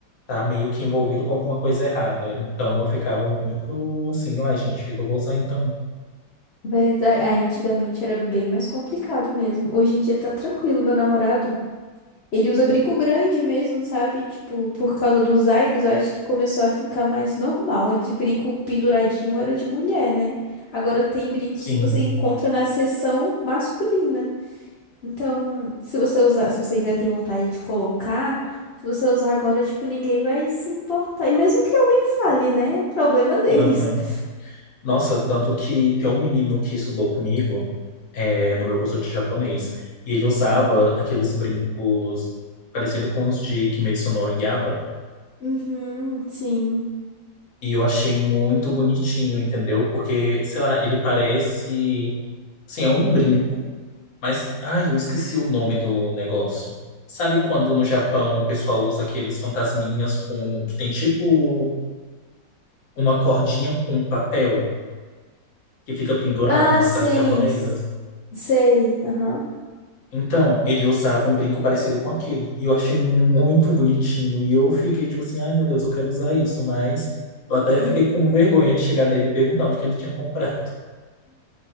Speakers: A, on the left; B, on the left.
A: tá meio que envolvido com alguma coisa errada. Então eu ficava muito assim: ai, gente, o que que eu vou usar então?
B: Verdade. Ah, antigamente era bem mais complicado mesmo. Hoje em dia tá tranquilo, meu namorado. Ele usa brinco grande mesmo, sabe? Tipo, por causa dos aidos, eu acho que começou a ficar mais normal. Antes, brinco penduradinho era de mulher, né? Agora tem brincos
A: Sim.
B: que você encontra na seção masculina. Então, se você usar, se você ainda tem vontade de colocar, se você usar agora, tipo, ninguém vai se importar. E mesmo que alguém fale, né? Problema deles.
A: Aham.
B: <laughs>
A: Nossa, tanto que tem um menino que estudou comigo, é, no meu curso de japonês, e ele usava
B: Uhum.
A: aqueles brincos parecido com os de Kimetsu no Yaiba,
B: Uhum, sim.
A: e eu achei muito bonitinho, entendeu? Porque, sei lá, ele parece, assim, é um brinco, mas, ai, eu esqueci o nome do negócio. Sabe quando no Japão o pessoal usa aqueles fantasminhas com que tem tipo uma cordinha com papel que fica pendurado
B: Ah,
A: nas
B: sim.
A: casas japonesas?
B: s- Sei. Aham.
A: Então, ele usava um brinco parecido com aquilo. E eu achei muito bonitinho. E eu fiquei tipo assim, ai meu Deus, eu quero usar isso. Mas eu
B: Uhum.
A: até fiquei com vergonha de chegar nele e perguntar onde que ele tinha comprado. <laughs>